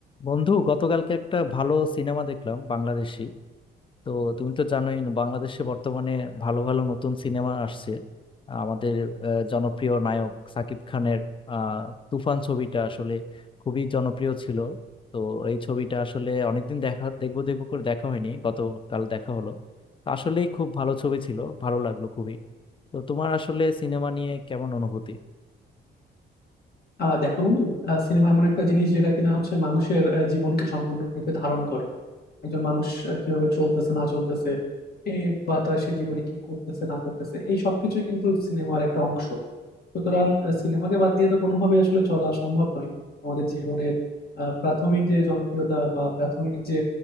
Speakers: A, on the left; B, on the left.
A: বন্ধু গতকালকে একটা ভালো সিনেমা দেখলাম বাংলাদেশি তো তুমি তো জানোই বাংলাদেশে বর্তমানে ভালো ভালো নতুন সিনেমা আসছে আমাদের আহ, জনপ্রিয় নায়ক সাকিব খানের আহ, তুফান ছবিটা আসলে খুবই জনপ্রিয় ছিল তো এই ছবিটা আসলে অনেকদিন দেখা দেখবো দেখবো করে দেখা হয়নি গতকাল দেখা হলো তো আসলেই খুব ভালো ছবি ছিল ভালো লাগলো খুবই তো তোমার আসলে সিনেমা নিয়ে কেমন অনুভূতি
B: আহ দেখো বন্ধু সিনেমা এমন একটা জিনিস যেটা কিনা হচ্ছে মানুষের আহ, জীবনকে সম্পূর্ণরূপে ধারণ করে একজন মানুষ আহ, কিভাবে চলতেছে না চলতেছে এ বা তার সে জীবনে কি করতেছে না করতেছে এই সবকিছুই কিন্তু সিনেমার একটা অংশ সুতরাং আহ, সিনেমাকে বাদ দিয়ে তো কোনোভাবেই আসলে চলা সম্ভব নয় আমাদের জীবনের আহ, প্রাথমিক যে জনপ্রিয়তা বা প্রাথমিক যে